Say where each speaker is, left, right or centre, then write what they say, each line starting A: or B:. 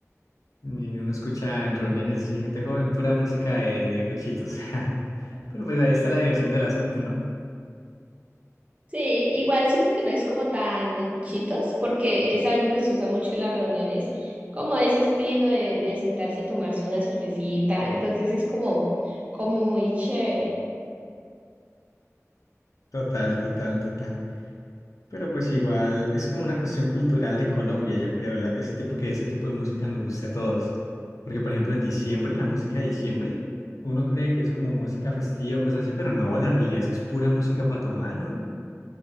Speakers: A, on the left; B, on the right.
A: Y uno escucha en reuniones así, gente joven, pura música de, de cuchitos. <laughs> Pero pues ahí está la diversión del asunto, ¿no?
B: Sí, igual siento que no es como tan de cuchitos, porque es algo que se usa mucho en las reuniones, como ese estilo de, de sentarse a tomarse una cervecita, entonces es como, como muy chévere.
A: Total, total, total. Pero pues igual es como una cuestión cultural de Colombia, yo creo, la- ese tipo que ese tipo de música nos guste a todos. Porque por ejemplo en diciembre, la música de diciembre, uno cree que es como música festiva o cosas así, pero no, la realidad es que es pura música para tomar, ¿no?